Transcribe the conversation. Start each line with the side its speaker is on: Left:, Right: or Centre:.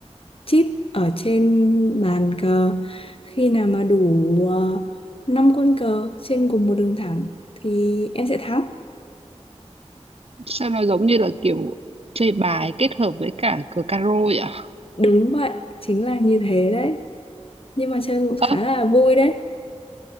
Left: chip ở trên bàn cờ khi nào mà đủ uh, 5 con cờ trên cùng một đường thẳng thì em sẽ thắng
Right: sao nó giống như là kiểu chơi bài kết hợp với cả cờ caro vậy ạ
Left: đúng vậy chính là như thế đấy nhưng mà chơi cũng
Right: ơ
Left: khá là vui đấy